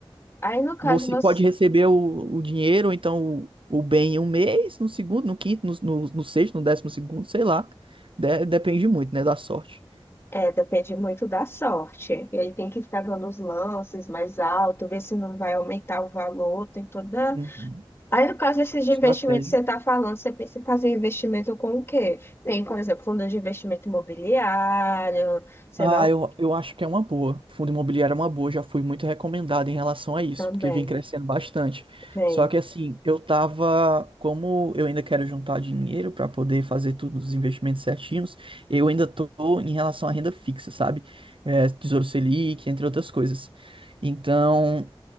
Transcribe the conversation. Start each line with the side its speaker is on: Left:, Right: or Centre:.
Left: Aí no caso
Right: você
Left: você
Right: pode receber o, o dinheiro, ou então o, o bem em um mês, no segundo, no quinto, no, no, no sexto, no décimo segundo, sei lá. De- depende muito, né, da sorte.
Left: É, depende muito da sorte. Ele tem que ficar dando os lances mais alto, ver se não vai aumentar o valor, tem toda.
Right: Uhum.
Left: Aí, no caso desses de
Right: Estratégia.
Left: investimento que você está falando, você pensa em fazer investimento com o quê? Tem, por exemplo, fundo de investimento imobiliário, sei
Right: Ah,
Left: lá, o-
Right: eu, eu acho que é uma boa. Fundo imobiliário é uma boa, já fui muito recomendado em relação a isso,
Left: também
Right: porque vem crescendo bastante.
Left: vem.
Right: Só que assim, eu tava, como eu ainda quero juntar dinheiro para poder fazer todos os investimentos certinhos, eu ainda tô em relação à renda fixa, sabe? É, Tesouro Selic, entre outras coisas. Então,